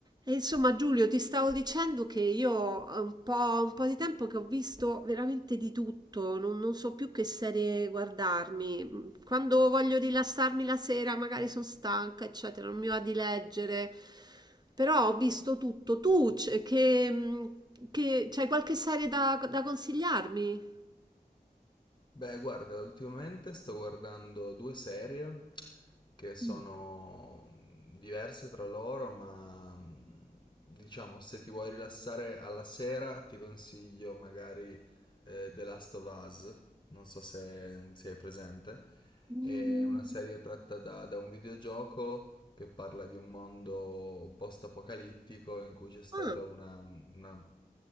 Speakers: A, on the right (about 25°); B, on the left (about 30°).
A: E insomma, Giulio, ti stavo dicendo che io ho un po', un po' di tempo che ho visto veramente di tutto, non, non so più che serie guardarmi. Quando voglio rilassarmi la sera, magari sono stanca, eccetera, non mi va di leggere. Però ho visto tutto. Tu, c- che, mm, che- c'hai qualche serie da, da consigliarmi?
B: Beh, guarda, ultimamente sto guardando due serie che sono
A: Mm.
B: diverse tra loro, ma mm, diciamo se ti vuoi rilassare alla sera ti consiglio magari eh, The Last of Us, non so se, se è presente,
A: Mm.
B: è una serie tratta da, da un videogioco che parla di un mondo post-apocalittico in cui c'è stata
A: Ah,
B: una, una